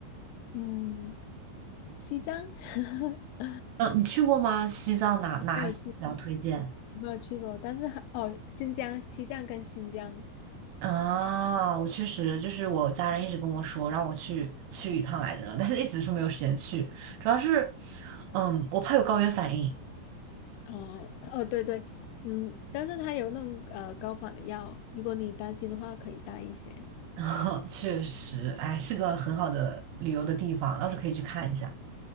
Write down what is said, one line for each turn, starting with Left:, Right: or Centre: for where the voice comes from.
Left: 嗯，西藏 <laughs>，
Right: 嗯，你去过吗？西藏哪哪一些比较推荐？
Left: 没有去过，我没有去过，但是还哦，新疆、西藏跟新疆，
Right: 啊，我确实就是我家人一直跟我说让我去去一趟来着，<laughs> 但是一直是没有时间去，主要是，嗯，我怕有高原反应。
Left: 哦哦，对对，嗯，但是它有那种呃高仿的药，如果你担心的话，可以带一些。
Right: <laughs> 确实，哎，是个很好的旅游的地方，到时候可以去看一下。